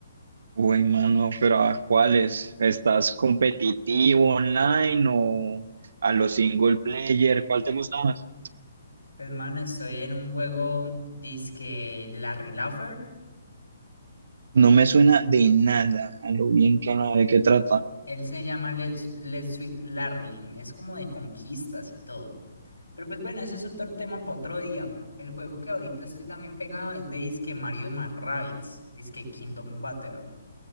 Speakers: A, on the right (about 60°); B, on the left (about 80°).
A: Uy, mano, pero ¿a cuáles? ¿Estás competitivo online o a los single player? ¿Cuál te gusta más?
B: Pues, mano, estoy en un juego, dizque Larry Laffer.
A: No me suena de nada a lo bien que no de qué trata.
B: Él se llama Let's, Let's Sweet Larry. mm, Es como de conquistas y todo. Pero pues bueno, ese es otro tema para otro día. El juego que ahorita estoy también pegado es de Disque Mario más Rabbids, Disque Kingdom Battle.